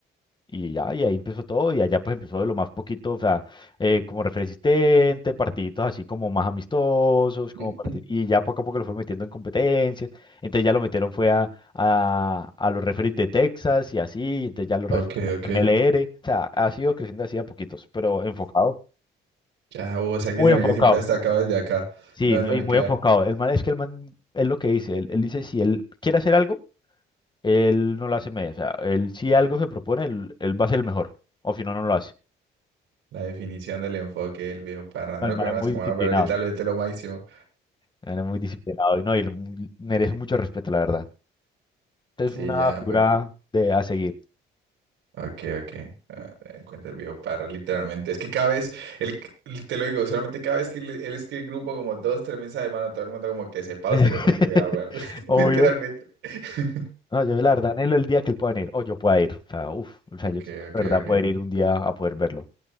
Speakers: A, on the left (about 25°); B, on the right (about 90°).
A: Y ya, y ahí empezó todo, y allá pues empezó de lo más poquito, o sea, eh, como refresistente, partiditos así como más amistosos, como
B: Ujú.
A: partid- y ya poco a poco lo fue metiendo en competencias, entonces ya lo metieron fue a, a, a los referees de Texas y así, entonces ya los
B: Ok,
A: referees de
B: ok.
A: M L R o sea, ha sido creciendo así a poquitos, pero enfocado,
B: Ya, o sea que
A: muy
B: se me
A: enfocado,
B: que siempre destacado desde acá.
A: sí,
B: No,
A: ¿no?
B: se
A: Y
B: me
A: muy
B: queda
A: enfocado, el man, es que el man, es lo que dice, él, él dice, si él quiere hacer algo, él no lo hace medio, o sea, él si algo se propone, él, él va a ser el mejor, o si no, no lo hace.
B: la definición del enfoque del viejo parrandero
A: No, el man
B: que bueno,
A: es muy
B: es como
A: disciplinado.
B: no, pero ahorita lo es lo máximo.
A: Era muy disciplinado y no, y le- merece mucho respeto, la verdad. Este
B: Sí,
A: Es una
B: ya,
A: figura
B: pues.
A: de a seguir.
B: Ok, ok. Ah, Encuentra el viejo Parra, literalmente. Es que cada vez, él, te lo digo, solamente cada vez que le- él escribe grupo como dos, tres mensajes, de mano, todo el mundo como que se pausa
A: <laughs>
B: y le pone cuidado, weón. <laughs>
A: Obvio.
B: Literalmente. <laughs>
A: No, yo la verdad anhelo el día que él pueda ir, o yo pueda ir. O sea, uf, o sea,
B: Ok,
A: yo espero,
B: ok,
A: de verdad
B: ok.
A: poder ir un día a poder verlo.